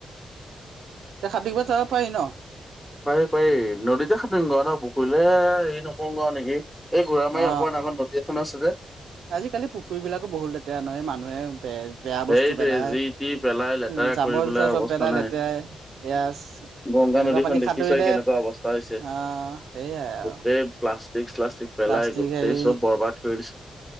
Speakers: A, on the right (about 80°); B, in the centre.
A: দে সাঁতুৰিব যাব পাৰি ন?
B: পাৰি। পাৰি। নদীতে সাটোৰিমগ আৰু ন, পুখুৰীলে হেৰি নকৰোগে নেকি। এই ঘোৰা
A: অ
B: মাৰি অকণমান আগত নদী এখন আছে। যে,
A: আজিকালি পুখুৰী বিলাকো বহুত লেতেৰা নহয়, মানুহে বে বেয়া
B: সেইটোৱে
A: বস্তু পেলাই।
B: যি টি পেলাই লেতেৰা
A: উম, জাবৰ
B: কৰি
A: জোথৰ চব
B: অৱস্থা
A: পেলাই।
B: নাই।
A: লেতেৰাই পিয়াজ তেনেকুৱা
B: গংগা নদীখন
A: পানীত
B: দেখিছই
A: সতুৰিলে,
B: কেনেকুৱা অৱস্থা হৈছে।
A: আহ সেয়াই আৰু
B: গোটেই প্লাষ্টিক শ্লাষ্টিক পেলাই
A: প্লাষ্টিক
B: গোটেই
A: হেৰি
B: চব বৰবাদ কৰি দিছে।